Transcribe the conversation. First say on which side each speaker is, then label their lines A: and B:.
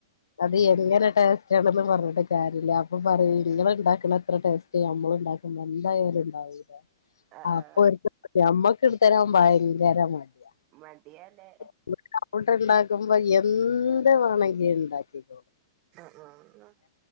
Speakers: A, on the left; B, on the right.
A: അത് എങ്ങനെ ടേസ്റ്റാണെന്നും പർഞ്ട്ട് കാര്യല്ല അപ്പൊ പറയും ങ്ങള്ണ്ടാക്കണത്ര ടേസ് റ്റ് നമ്മള്ണ്ടാക്കുമ്പൊ എന്തായാലുണ്ടാവൂല്ല
B: ആഹ്
A: അപ്പൊരിക്ക
B: ആഹ്
A: <unintelligible> ഞമ്മക്ക്‌ട്ത്തെരാൻ ഭയങ്കര മട്യ
B: മട്യ ല്ലേ
A: <unintelligible> ണ്ടാക്കുമ്പോ എന്ത് വാണെങ്കി യ്യ് ണ്ടാക്കിക്കോ
B: ആ